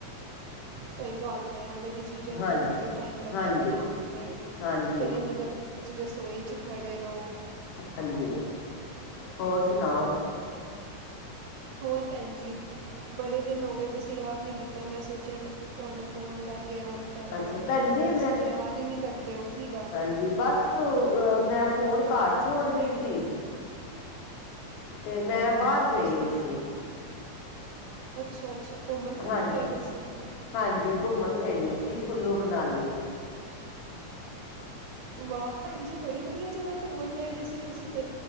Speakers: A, on the right; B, on the left.
A: ਸਹੀ ਗੱਲ ਐ ਐਵੇਂ ਦੀ ਚੀਜ਼ਾਂ ਨੂੰ
B: ਹਾਂਜੀ
A: ਤਾਂ ਬੜਾ ਈ ਟਾਈਮ ਲੱਗਦਾ
B: ਹਾਂਜੀ
A: ਬਣਾਉਣ 'ਤੇ
B: ਹਾਂਜੀ
A: ਫਿਰ ਇੰਨੀ ਗ ਵਿੱਚ ਰਸੋਈ 'ਚ ਖੜ੍ਹੇ ਰਹੋ।
B: ਹਾਂਜੀ, ਹੋਰ ਸੁਣਾਓ?
A: ਹੋਰ ਭੈਣ ਜੀ? ਬੜੇ ਦਿਨ ਹੋ ਗਏ ਤੁਸੀਂ ਯਾਦ ਨਹੀਂ ਕੀਤਾ। ਤਾਂ ਮੈਂ ਸੋਚਿਆ ਮ ਤੁਹਾਨੂੰ ਫ਼ੋਨ ਕਰਕੇ ਯਾਦ ਕਰ ਲਾਂ।
B: ਅੱਛਾ ਭੈਣ ਜੀ
A: ਤੁਸੀਂ ਤੇ ਯਾਦ ਹੀ ਨਹੀਂ ਕਰਦੇ ਹੋ ਕੀ ਗੱਲ?
B: ਜਜੀ ਬਸ ਮੈਂ ਫੋਨ ਕਾਰਰ ਛੜ ਗਈ ਸੀ। ਤੇ ਮੈਂ- ਬਾਹਰ
A: ਅ
B: ਗਈ
A: ਅੱਛਾ,
B: ਹੋਈ ਸੀ
A: ਅੱਛਾ- ਅੱਛਾ ਘੁੰਮਣ ਫਿਰਨ
B: ਹਾਂਜੀ
A: ਗਏ ਅ ਸੀ।
B: ਹਾਂਜੀ, ਘੁੰਮਣ ਗਏ ਸੀ ਕੁੱਲੂ ਮਨਾਲੀ।
A: ਵਾਹ ਭੈਣ ਜੀ ਬੜੀ ਵਧੀਆ ਜਗ੍ਹਾ ਘੁੰਮਣ ਗਏ ਦੇ ਸੀ ਤੁਸੀਂ ਤੇ